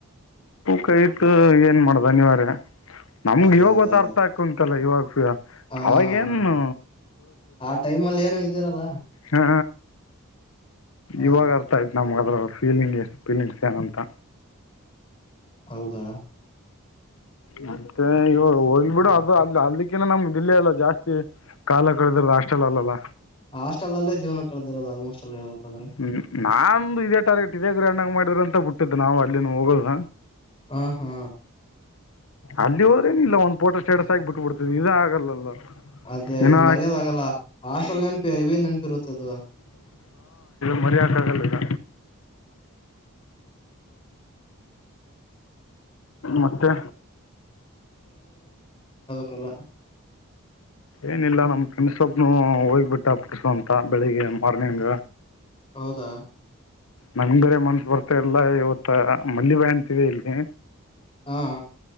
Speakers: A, on the left (about 75°); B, on the left (about 25°).
A: ಕಯತು ಏನ್ ಮಾಡ್ದ ನೀಿವರ ನಮ್ಗ
B: ಅದೇ
A: ಇವ
B: ಅದೇ
A: ಗತ್ತ
B: ಅದೇ
A: ಅರ್ಥ ಆಾಕಂ ಇತ್ತಲ್ಲ ಇವಾಗ
B: ಹಾ
A: ಅವಾಗೇಏನು
B: ಹಾ. ಆ ಟೈಮ್ ಅಲ್ಲಿ ಏನು ಇದ್ದೀರಲ್ಲ
A: ಹಾ
B: ಹ
A: ಇವಾಗ ಅರ್ಥ ಆಯತ್ ನಮಗ ಅದ್ರ ಫೀಲಿಂಗ್ ಎಷ್ಟು ಫೀಲಿಂಗ್ಸ್ ಏನಂತ
B: ಹೌದಾ
A: ಮತ್ತೆ ಈ ಹೋಗ್ ಬಿಿಡು ಅದು ಅ ಅಲ್ಲಿಕ್ಕನ ನಮ್ ಇಲ್ಲಿ ಎಲ್ಲ ಜಾಸ್ತಿ ಕಾಲ ಕಳೆದಿರದು ಹಾಸ್ಟೆಲ್ ಅಲ್ಅಲ್ಲ
B: ಹಾಸ್ಟೆಲ್ ಅಲ್ಲೇ ಜೀವನ ಕಳೆದಿರೋದು ಆಲ್ಮೋಸ್ಟ್ ಅಲ್ಲಿ ಹೇಳ್ಬೇಕಂದ್ರೆ
A: ಹ್ಮ್ ನಾ ಇದೇ ಟಾರ್ಗೆಟ್ ಇದೇ ಗ್ರಹಣ್ಾಗ ಮಾಡಿದ್ರ ಅಂತ ಬಿಟ್ಟಿದ್ದ್ ನಾವ್ ಅಲ್ಲಿನ ಹೋಗೋದು
B: ಹ ಹಾ
A: ಅಲ್ಲಿ ಹೋದ್ರೇನ ಇಲ್ಲ ಒಂದ್ ೋಟೋ ಸ್ಟೇಟಸ್ ಆಗಿಬ ಬಿಟ್ಟುಬಡ್ತದೆ ಇದು ಆಗಲ್ಲಲ್ಲ
B: ಅದೇ
A: ಇನ್ನ
B: ಇದು ಮರ್ಯಾದೆ ಆಗಲ್ಲ ಆ ಹಾಸ್ಟೆಲ್ ನೆನಪಿ ಇವೇ ನೆನಪಿ ಇರುತ್ತದು
A: ಮರ್ಯ ಕಾಗಲ್ಲಲ್ಲ ಮತ್ತೆ
B: ಕಲ
A: ಏನಿಲ್ಲ ನಮ್ ಫೆಂಡ್ಸ್ೊಬ್ನು ಹೋಗ್ಬಿಟ್ಟ ಪುಟ್ಸಂತ ಬೆಳಿಗ್ಗೆ ಮಾರ್ನಿಂಗ್
B: ಹೌದಾ
A: ನಂಗ ಬೇರೆ ಮನ್ಸ ಬರ್ತಾ ಇಲ್ಲ ಇವತ್ತ ಮಲ್ಲಿ ಬಾಯಿ ಅಂತಿದೆ ಇಲ್ಲಿಗೆ
B: ಹಾ